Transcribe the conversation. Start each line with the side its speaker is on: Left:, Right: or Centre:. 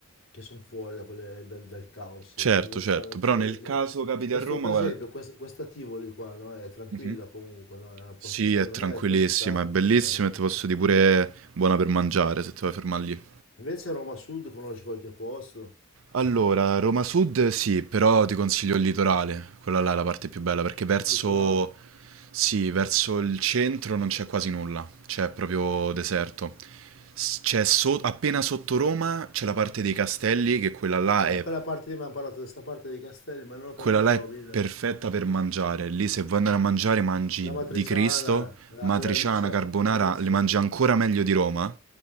Left: che sono fuori da quelle- dal, dal caos.
Right: Certo,
Left: Devo
Right: certo,
Left: stare, un
Right: però
Left: po'-
Right: nel caso capiti
Left: questo
Right: a Roma,
Left: per
Right: guarda...
Left: esempio, quest- questa Tivoli qua, no? È tranquilla
Right: Mhm.
Left: comunque, no? È un
Right: Sì,
Left: posto tranquillo,
Right: è tranquillissima,
Left: non è trafficata
Right: è bellissima
Left: come, come
Right: e ti posso
Left: Roma.
Right: dire pure buona per mangiare se ti vuoi fermare lì.
Left: Invece a Roma Sud conosci qualche posto,
Right: Allora, Roma Sud sì, però ti consiglio il litorale, quella là è la parte più bella perché verso,
Left: litorale.
Right: sì, verso il centro non c'è quasi nulla, c'è proprio deserto. S- C'è so- appena sotto Roma c'è la parte dei castelli, che quella là
Left: Eh,
Right: è
Left: quella parte lì mi hanno parlato di questa parte dei castelli, ma non ho capito
Right: Quella là è
Left: bene.
Right: perfetta per mangiare. Lì se vuoi andare a mangiare mangi
Left: La matriciana,
Right: di Cristo,
Left: la,
Right: matriciana,
Left: alla riccia,
Right: carbonara,
Left: alla riccia,
Right: le mangi ancora meglio di Roma